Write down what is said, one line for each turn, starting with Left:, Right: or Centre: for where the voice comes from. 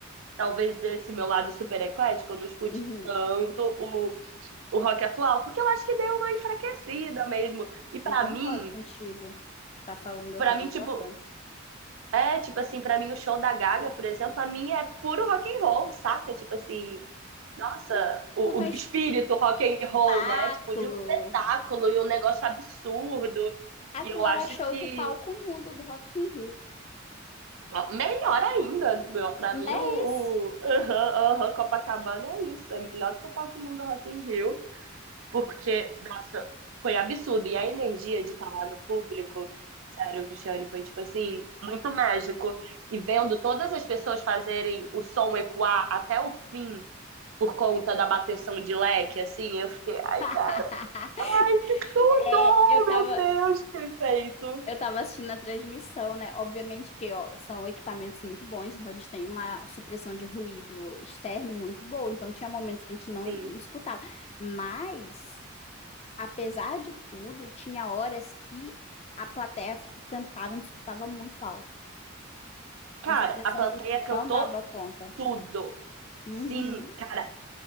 Right: talvez desse meu lado super eclético, eu não escute
Left: Uhum.
Right: tanto o, o rock atual, porque eu acho que deu uma enfraquecida mesmo. E pra
Left: Eu concordo
Right: mim,
Left: contigo. Tá falando,
Right: pra
Left: eu tô
Right: mim,
Left: concordando.
Right: tipo, é, tipo assim, pra mim o show da Gaga, por exemplo, pra mim é puro rock and roll, saca? Tipo assim, nossa,
Left: Aquilo
Right: o,
Left: aquilo foi
Right: o do
Left: um
Right: espírito rock and roll,
Left: espetáculo.
Right: né? Tipo, de um espetáculo e um negócio absurdo.
Left: Aquilo
Right: E eu acho
Left: era show
Right: que
Left: de palco mundo do Rock in Rio.
Right: ó, melhor ainda, meu, pra
Left: Não
Right: mim
Left: é
Right: o,
Left: isso?
Right: o aham, aham, Copacabana é isso, é melhor do que o Palco Mundo Rock in Rio. Porque, nossa, foi absurdo. E a energia de estar lá no público, sério, Cristiane, foi tipo assim, muito mágico. E vendo todas as pessoas fazerem o som ecoar até o fim por conta da bateção de leque, assim, eu fiquei, ai,
Left: <laughs>
Right: cara, que tudo!
Left: É, eu tava,
Right: Meu Deus, que perfeito!
Left: eu tava assistindo a transmissão, né? Obviamente que ó, são equipamentos muito bons, então eles têm uma supressão de ruído externo muito boa, então tinha momentos que a gente não
Right: Sim.
Left: escutava. Mas, apesar de tudo, tinha horas que a plateia f- cantava, a gente escutava muito alto.
Right: Cara,
Left: A supressão
Right: a plateia
Left: de ruído
Right: cantou
Left: não dava conta.
Right: tudo.
Left: Uhum.
Right: Sim, cara,